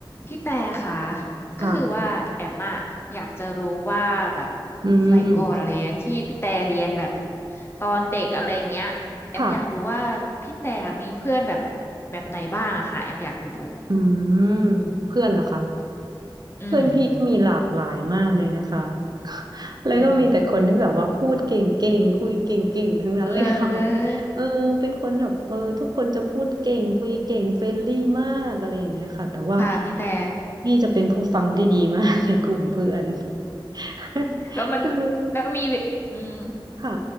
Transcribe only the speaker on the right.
ค่ะอืม
ค่ะ
อืมเพื่อนเหระคะ
เพื่อนพี่ก็มีหลากหลายมากเลยนะคะ <laughs> แล้วก็มีแต่คนที่แบบว่าพูดเก่งๆคุยเก่งๆทั้งนั้นเลยค่ะ
<laughs> แบบเออเป็นคนแบบเออทุกคนจะพูดเก่งคุยเก่งเฟรนลี่มากอะไรอย่างเงี้ยค่ะแต่ว่า
พี่จะเป็นผู้ฟังที่ดีมากในกลุ่มเพื่อน <laughs>
คือ
ค่ะ